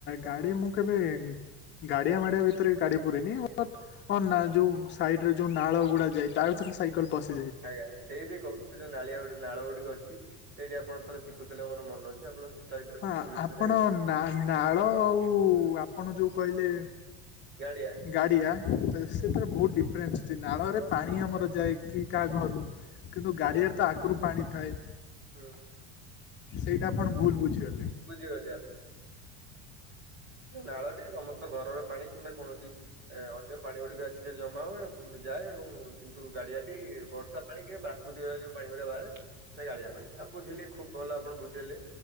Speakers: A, on the left; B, on the right.
A: ଗାଡ଼ି ମୁଁ କେବେ ଗାଡ଼ିଆ ମାଡ଼ିଆ ଭିତରେ ଗାଡ଼ି ପୁୁରେଇନି। ନା ଯଉ ସାଇଟ୍ ରେ ଯଉ ନାଳ ଗୁ ଯାଏ, ତା ଭିତରେ ସାଇକଲ୍ ପଶିଯା
B: <inaudible> ସେ ଯଉ ନାଳିଆ ନାଳ ଗୁଡ଼ିକ ଅଛି, ସେଇଠି ଆପଣ ଥରେ ଶିକୁଥିଲେ ମୋର ମନେ ଅଛି। ଆପଣ ତା ଭିତରେ
A: ହଁ!
B: ପୁରେଇଦେଲେ
A: ଆପଣ
B: ସାଇକେଲଟିକୁ।
A: ନାଳ, ଆଉ ଆପଣ ଯଉ କ--ଲେ
B: <inaudible>
A: ଗାଡ଼ିଆ ସେଥିରେ ବହୁତ୍ ଡିଫ୍ରେ ନାଳରେ ପାଣି
B: ଆଜ୍ଞା
A: ଆମର ଯାଏ କାହା ଘରୁ? କିନ୍ତୁ
B: ହୁଁ
A: ଗାଡ଼ିଆରେ ତ ଆଗୁରୁ ପାଣି ଥାଏ,
B: ହୁଁ
A: ସେଇଟା ଆପଣ ଭୁଲ୍ ବୁଝିିବା।
B: <inaudible> ଆଜ୍ଞା, ନାଳଟି ସମ----ଘରର ପାଣି, କିମ୍ବା କୌଣସି ଅନ୍ୟ ପାଣି ଗୁଡ଼ିକ ଆସି <inaudible> ଏବଂ କିନ୍ତୁ ଗାଡ଼ିଆଟି ବର୍ଷା ପାଣି ପ୍ରାକୃତିକ ଯଉ ପାଣି ବୁଝିଲି, ଖୁବ୍ ଭଲ ଆପଣ ବୁଝେ--ଲେ।